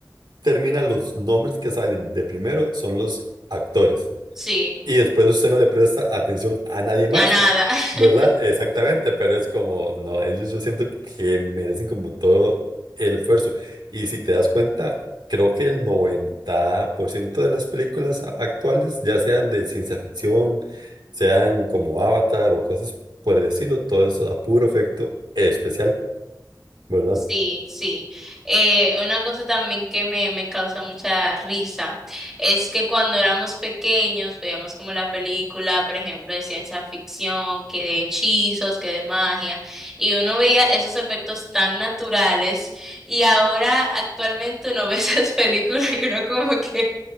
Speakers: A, on the right (about 80°); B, in the centre.
A: terminan los nombres que salen de primero son los actores.
B: Sí.
A: y después usted no le presta atención a nadie más,
B: A nada. <laughs>
A: ¿verdad? Exactamente, pero es como, no, ellos yo siento que merecen como todo el esfuerzo. Y si te das cuenta, creo que el 90% de las películas a- actuales, ya sean de ciencia ficción, sean como Avatar o cosas por el estilo, todo eso a puro efecto especial, ¿verdad?
B: Sí, sí. Eh, una cosa también que me, me causa mucha risa es que cuando éramos pequeños veíamos como la película, por ejemplo, de ciencia ficción, que de hechizos, que de magia, y uno veía esos efectos tan naturales y ahora actualmente uno <laughs> ve esas películas y uno como que,